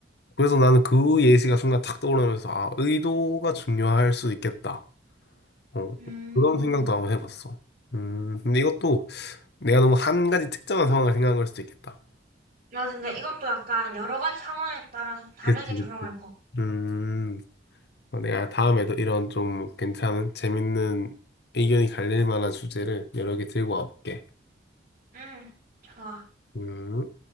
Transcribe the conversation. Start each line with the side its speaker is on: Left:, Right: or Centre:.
Left: 그래서 나는 그 예시가 순간 탁 떠오르면서, 아, 의도가 중요할 수 있겠다. 어.
Right: 음.
Left: 그런 생각도 한번 해봤어. 음, 근데 이것도 내가 너무 한 가지 특정한 상황을 생각한 걸 수도 있겠다.
Right: 맞아. 근데 이것도 약간 여러 가지 상황에 따라서 다르게
Left: 그치,
Right: 적용할
Left: 그치.
Right: 거.
Left: 음. 어, 내가 다음에도 이런 좀 괜찮은, 재밌는 의견이 갈릴 만한 주제를 여러 개 들고 와볼게.
Right: 응, 좋아.
Left: 음.